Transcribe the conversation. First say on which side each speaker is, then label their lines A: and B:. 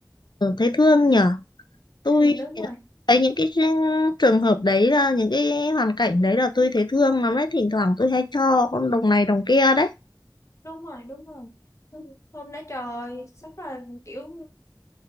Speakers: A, on the left; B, on the left.
A: ừ, thấy thương nhỉ tôi
B: ừ đúng rồi
A: thấy những cái trường hợp đấy là những cái hoàn cảnh đấy là tôi thấy thương lắm đấy thỉnh thoảng tôi hay cho con đồng này đồng kia đấy
B: đúng rồi đúng rồi hôm hôm đó trời sắp là kiểu